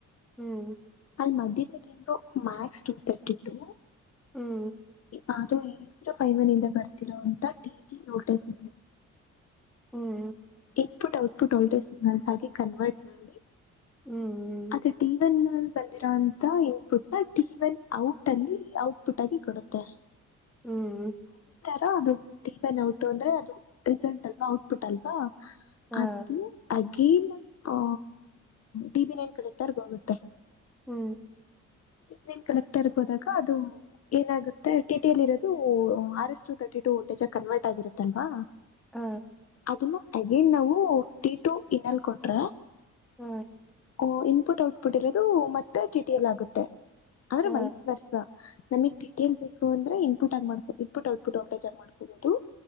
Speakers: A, in the centre; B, on the left (about 55°).
A: ಹ್ಮ್
B: ಅ ಮಧ್ಯರು ಮ್ಯಾಸ್ ಟ ತರ್ಟಿ ಟ
A: ಹ್ಮ್
B: ಅದು ಏ ವ್ನ್ಂದ ಬರ್ತಿರೋಂತಟಿಲ್ಟಸ್
A: ಹ್ಮ್
B: ಇಪುಟ್ ಔಟ್ಪುಟ್ ಆಲ್ಟೇಜ್ ಸಿಗ್ನಲ್ಸ್ ಆಗಿ ಕನ್ವರ್ಟ್ ಮಾಡಿ
A: ಹ್ಮ್ ಹ್ಮ್
B: ಅದು ಟನ್ ಬಂದಿರೋಂತ ಇನ್ಪುಟ್ ನ ಟಿ ವನ್ ಔಟ್ ಅಲ್ಲಿ ಔಟ್ಪುಟ್ ಆಗಿ ಕೊಡುತ್ತೆ
A: ಹ್ಮ್
B: ರ ಅದು ಟಿನ್ ಔಟಟ್ ಅಂದ್ರೆ ಅದು ರೆಸಲ್ಂಟ್ ಅಲ್ವಾ ಔಟ್ಪುಟ್ ಅಲ್ವಾ
A: ಹಾ
B: ಅದು ಹಾಗ ಕೀಲ್ ಓ ಟಿವಿ ನೈನ್ ಕಲೆಕ್ಟರಿಗೆ ಹೋಗುತ್ತೆ
A: ಹು
B: ರಿಭಿನ್ನ ಕಲೆಕ್ಟರ್ ಗೆ ಹೋದಾಗ ಅದು ಏನಾಗುತ್ತೆ ಟಿಟಿಯಲ್ಲಿ ಇರೋದು R S two thirty two ಜೊತೆಗೆ ಕನ್ವರ್ಟ್ ಆಗಿರುತ್ತಲ್ವಾ
A: ಹ
B: ಅದನ್ನ ಅಗೇನ್ ನಾವು ಟೀ ಟು ಇನ್ನಲ್ ಕೊಟ್ರೆ
A: ಹ
B: ಓ ಇನ್ಪುಟ್ ಔಟ್ಪುಟ್ ಇರೋದು ಮತ್ತೆ ಟಿ ಟಿ ಎಲ್ ಆಗುತ್ತೆ - ಆದ್ರೆ
A: ಹ
B: ವಯಸ್ ವರ್ಸಾ ನಮಿಗ್ ಡಿಟೇಲ್ ಬೇಕು ಅಂದ್ರೆ ಇನ್ಪುಟ್ ಆಗಿ ಮಾಡಕೊ ಇನ್ಪುಟ್ ಔಟ್ಪುಟ್ ಔಟೇಜ್ ಆಗಿ ಮಾಡ್ಕೋಬಹುದು